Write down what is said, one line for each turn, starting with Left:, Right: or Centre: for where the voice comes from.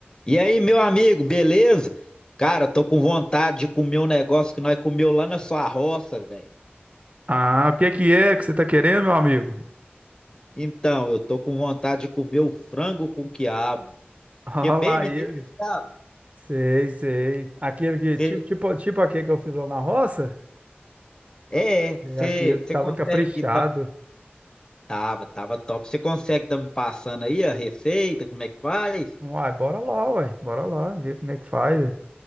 Left: E aí, meu amigo, beleza? Cara, tô com vontade de comer um negócio que nós comeu lá na sua roça, velho.
Right: Ah, o que que é que você tá querendo, meu amigo?
Left: Então, eu tô com vontade de comer o frango com quiabo,
Right: <laughs> Olha
Left: que é bem
Right: lá
Left: mineiro,
Right: ele.
Left: sabe?
Right: Sei, sei. Aquele que,
Left: Cê-
Right: tipo, tipo, tipo aquele que eu fiz lá na roça,
Left: é, você
Right: é aquele que tava
Left: consegue.
Right: caprichado.
Left: ta- Tava, tava top. Você consegue tá me passando aí a receita, como é que faz?
Right: Uai, bora lá, uai, bora lá, ver como é que faz. ué.